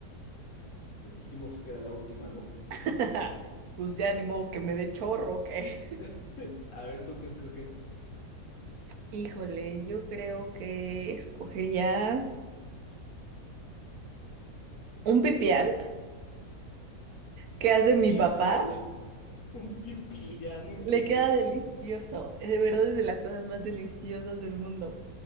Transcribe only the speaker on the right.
<laughs> Pues ya ni modo que me dé chorro, que.
Híjole, yo creo que escogería un pipián que hace mi
papá.
Le
queda delicioso. Es de verdad es de las cosas más deliciosas del mundo.